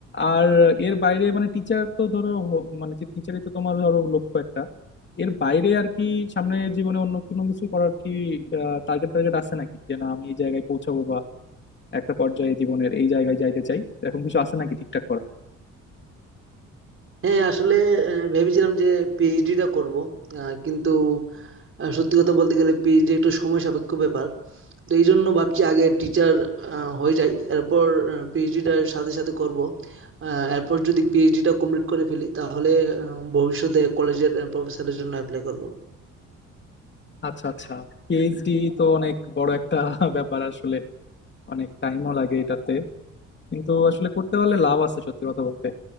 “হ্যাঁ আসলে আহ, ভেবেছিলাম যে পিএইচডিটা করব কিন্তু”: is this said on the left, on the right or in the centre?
Right